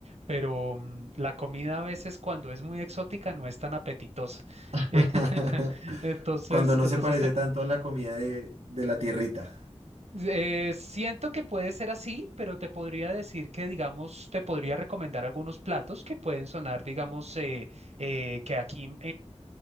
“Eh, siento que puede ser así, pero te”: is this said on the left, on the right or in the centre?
Right